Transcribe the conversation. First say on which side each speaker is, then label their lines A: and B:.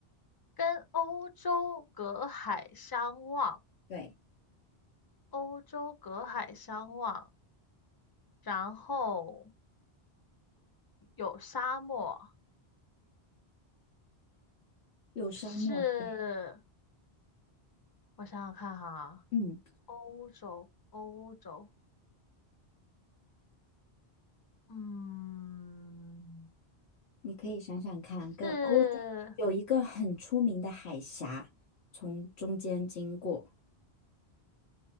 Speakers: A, on the left; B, on the left.
A: 跟欧洲隔海相望，
B: 对，
A: 欧洲隔海相望，然后有沙漠，
B: 有沙漠，
A: 是，
B: 对，
A: 我想想看哈，
B: 嗯。
A: 欧洲，欧洲。嗯，
B: 你可以想想看，跟欧洲有一个很出名的海峡，
A: 是
B: 从中间经过，